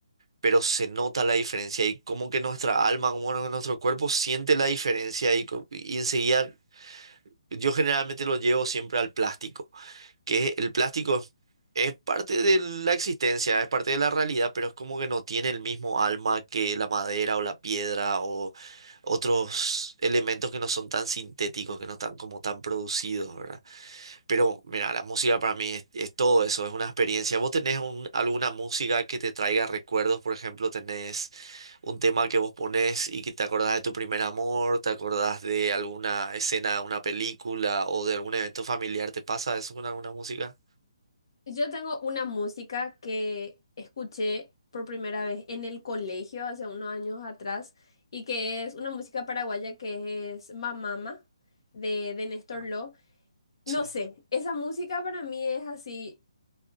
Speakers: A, on the right (about 55°); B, on the left (about 45°).
A: pero se nota la diferencia y como que nuestra alma, como nu- nuestro cuerpo siente la diferencia y, co- y enseguida yo generalmente lo llevo siempre al plástico, que el plástico es parte de la existencia, es parte de la realidad, pero es como que no tiene el mismo alma que la madera o la piedra o otros elementos que no son tan sintéticos, que no están como tan producidos, ¿verdad? Pero mira, la música para mí es, es todo eso, es una experiencia. ¿Vos tenés un- alguna música que te traiga recuerdos? Por ejemplo, tenés un tema que vos ponés y que te acordás de tu primer amor, te acordás de alguna escena de una película o de algún evento familiar. ¿Te pasa eso con alguna música?
B: Yo tengo una música que escuché por primera vez en el colegio hace unos años atrás y que es una música paraguaya que es Mamama de, de Néstor
A: Ah,
B: Ló.
A: Sí,
B: No sé, esa música para mí es así,